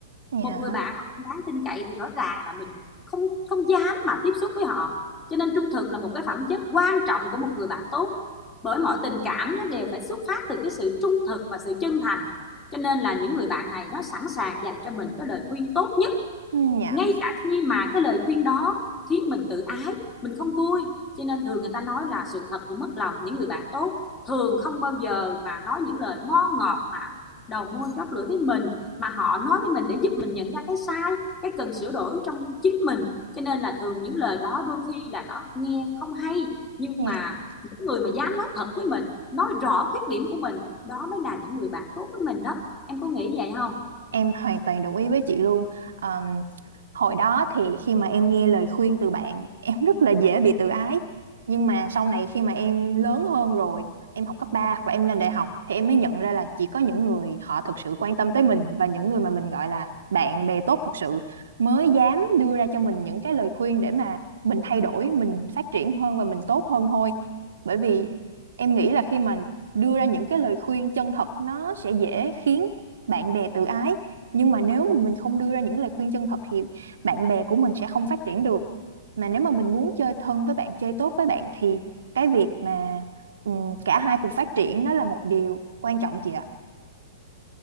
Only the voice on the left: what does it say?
một người bạn mà không đáng tin cậy thì rõ ràng là mình không không dám mà tiếp xúc với họ cho nên trung thực là một cái phẩm chất quan trọng của một người bạn tốt bởi mọi tình cảm nó đều phải xuất phát từ cái sự trung thực và sự chân thành cho nên là những người bạn này nó sẵn sàng dành cho mình cái lời khuyên tốt nhất
ngay cả khi mà cái lời khuyên đó khiến mình tự ái mình không vui cho nên thường người ta nói là sự thật thì mất lòng những người bạn tốt thường không bao giờ mà nói những lời ngon ngọt mà đầu môi chóp lưỡi với mình mà họ nói với mình để giúp mình nhận ra cái sai cái cần sửa đổi trong chính mình cho nên là thường những lời đó đôi khi là nó nghe không hay nhưng
mà những người mà dám nói thật với mình nói rõ khuyết điểm của mình đó mới là những người bạn tốt với mình đó em có nghĩ vậy không